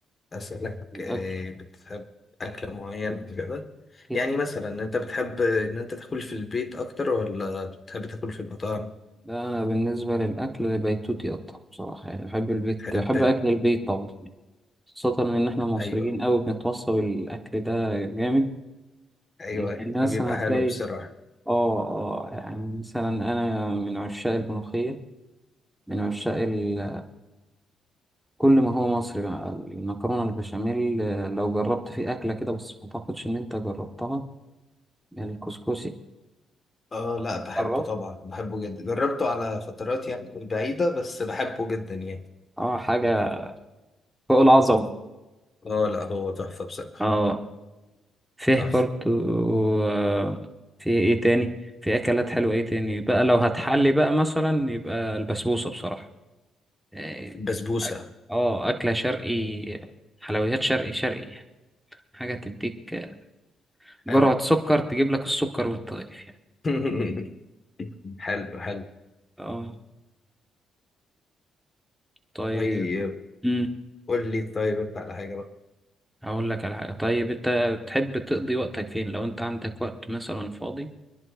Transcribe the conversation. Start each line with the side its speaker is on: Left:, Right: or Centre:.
Left: اسالك
Centre: الاكل
Left: آه، بتحب اكل معين كده
Centre: أكيد.
Left: يعني مثلا انت بتحب ان انت تاكل في البيت اكتر ولا بتحب تاكل في المطاعم
Centre: لا انا بالنسبه للاكل بيتوتي اكتر بصراحه يعني بحب البيت
Left: بتحب
Centre: بحب اكل البيت طبعا خاصه ان احنا مصريين
Left: ايوه
Centre: قوي بنتوصى بالاكل ده جامد
Left: ايوه
Centre: يعني يعني
Left: انا
Centre: مثلا
Left: بيبقى
Centre: هتلاقي
Left: حلو بصراحه
Centre: اه اه يعني مثلا انا من عشاق الملوخيه من عشاق ال... كل ما هو مصري بقى المكرونه البشاميل آه، لو جربت في اكله كده بس ما اعتقدش ان انت جربتها يعني الكسكسي
Left: اه لا بحبه
Centre: جربت
Left: طبعا بحبه جدا جربته على فترات يعني بعيده بس بحبه جدا يعني
Centre: اه حاجه فوق العظمه
Left: اه لا هو تحفه بصراحه
Centre: اه فيه
Left: تحفه
Centre: برضو آه، في ايه تاني في اكلات حلوة ايه تاني بقى لو هتحلي بقى مثلا يبقى البسبوسة بصراحة إيه،
Left: بسبوسه
Centre: أك- اه اكلة شرقي حلويات شرقي شرقي يعني حاجة تديك آه، جرعة
Left: حلو
Centre: سكر تجيب لك السكر وانت طايف يعني
Left: <laughs> حلو حلو
Centre: اه طيب
Left: طيب
Centre: امم
Left: قول لي طيب انت على حاجة بقى
Centre: هقول لك على حاجة طيب انت تحب تقضي وقتك فين لو انت عندك وقت مثلا فاضي